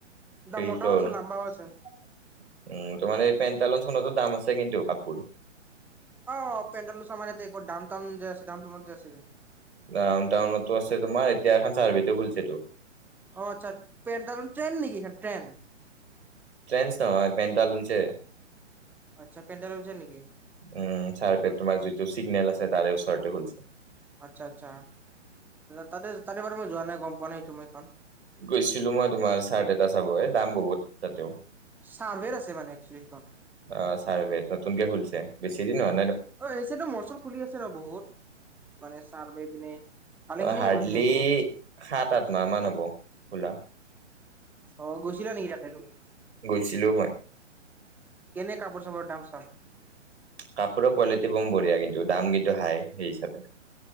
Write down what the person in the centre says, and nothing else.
দা মোটাও
আছে
লাম্বাও আছে।
অ পেণ্ডলছ মাৰ ইয়াতে ডাউন টাউন যে আছে ডাউন টাউত যে আছে যে
অ আচ্ছা ন ট্ৰেন নেকি এইখন ট্ৰেন
আচ্ছা পেণ্টালুন ট্ৰেন নেকি?
আচ্ছা
আচ্ছা আচ্ছা তাতে তাতে বাৰ মই যোৱা নাই গম পোৱা নাই তুমি এইখন
চাৰ্ভেৰ আছে মানে এক্সুয়েলি এই খন
আছেতো মৰ্চল খুলি আছে ন বহুত মানে চাৰভে পিনে ভালেখিনি
মল আছিলে সেইপিনে
অ গৈছিলা নেকি তাতে তুমি
এনে কাপোৰ চাপোৰ দাম চাম